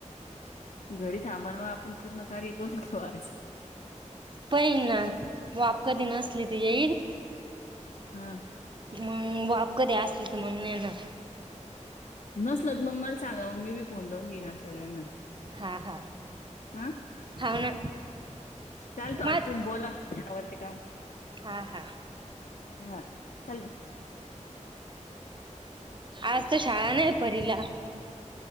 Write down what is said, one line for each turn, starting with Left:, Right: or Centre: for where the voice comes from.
Left: घरी थांबा ना आपण पूर्ण कार्य कोण कयच
Right: पाईन ना वाप कधी असली तर येईल
Left: हा
Right: मग वाप कधी असल तर मग नेना
Left: नसल मग मला सांगा मग मी बी फोन लावून घेणार सगळ्यांना
Right: हां हां
Left: हा
Right: हो ना
Left: चालतो
Right: मग
Left: आ तुम बोला आवरती काम
Right: हा हा
Left: हा चल <inaudible>
Right: आज तर शाळा नाही परीला